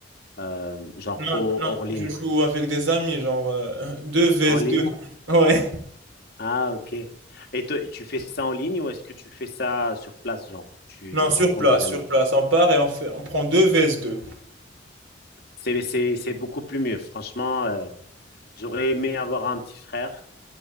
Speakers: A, on the left; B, on the right.
A: euh, genre
B: Non,
A: au-
B: non,
A: hors ligne?
B: je joue avec des amis, genre euh, 2 vs
A: En ligne?
B: 2. Ouais.
A: Ah, ok. Et toi, tu fais ça en ligne ou est-ce que tu fais ça sur place, genre tu,
B: Non,
A: tu
B: sur
A: rencontres
B: place,
A: des amis?
B: sur place. On part et on fait, on prend deux vs deux.
A: C'est, c'est, c'est beaucoup plus mieux. Franchement, euh, J'aurais aimé avoir un petit frère,